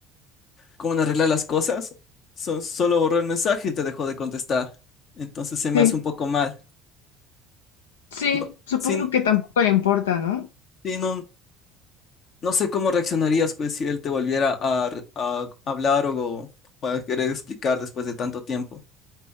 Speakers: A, on the left; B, on the left.
A: como en arreglar las cosas, So- solo borró el mensaje y te dejó de contestar, entonces se me
B: sí,
A: hace un poco mal.
B: sí,
A: No,
B: supongo
A: sí,
B: que tampoco le importa, ¿no?
A: sí, no, no sé cómo reaccionarías pues, si él te volviera a, re- a hablar o, o a querer explicar después de tanto tiempo.